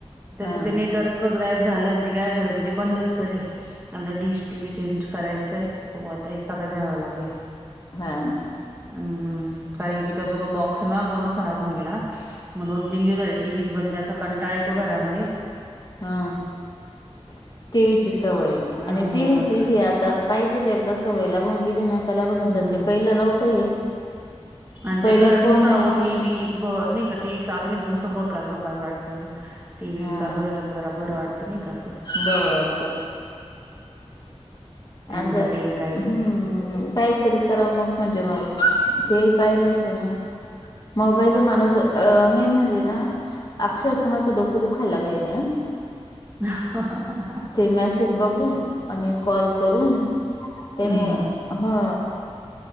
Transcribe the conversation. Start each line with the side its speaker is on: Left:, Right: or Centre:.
Right: त्याचं
Left: हा
Right: ते नेटवर्कच गायब झालं आणि ते गायब झाली ती बंदच पडले. आता डिश टी व्ही चेंज करायचंय आहं पाऊ आता एखादा घ्यावा लागेल.
Left: हा
Right: हम्म कारण कि त्याचा तो बॉक्स ना पर्ण खराब होऊन गेला. मग दोन तीन दिवस झाले टीव्हीचं बंद आहे असा कंटाळा येतो घरामध्ये‍
Left: ह् अ टीव्हीची सवय आहं
Right: अ
Left: आणि तेच
Right: का
Left: हे आता पाहिजे ते एकदा सवय लागून गेली ना का लागूनच
Right: हम्म.
Left: जाते पहिलं नव्हतं हे.
Right: आणि
Left: पहिले
Right: ते घरात
Left: फोनही
Right: नुसता अहो
Left: नव्हता
Right: टी व्ही ब नाही का टीव्ही चालू नाही तसं बकास बकास वाटतं असं. टी व्ही
Left: हा
Right: चालू राहिला का जरा बरं वाटतं नाही का असं.
Left: बरत
Right: एंटरटेन
Left: आच्यात
Right: काहीतरी.
Left: हम्म. हम् काहीतरी कराव मग म्हणजे म तेही पाहिजेच आहे ना. मोबाईल ने माणूस मेन म्हणजे ना अक्षरशा माझं डोकं दुखायला लागलंय यानं.
Right: <unintelligible>
Left: ते मेसेज बघून आणि कॉल करून त्याने
Right: हम्म.
Left: ह्अ,